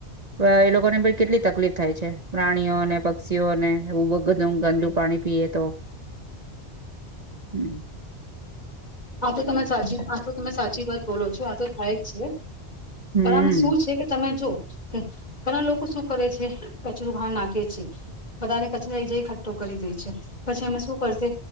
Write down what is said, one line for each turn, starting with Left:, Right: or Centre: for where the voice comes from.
Right: એ લોકોને પણ કેટલી તકલીફ થાય છે પ્રાણીઓ અને પક્ષીને એવું બગ મ ગંદુ પાણી પીએ તો હમ
Left: આ તો તમે સાચી આ તો તમે સાચી વાત બોલો છો આ તો થાય જ છે
Right: હમ
Left: પણમે શું છે કે તમે જો કે ઘણા લોકો શું કરે છે કચરોું ભા નાખે છે બધાને કચરા જ ખઠ્ટો કરી દે છે પછી એમે શું કરશે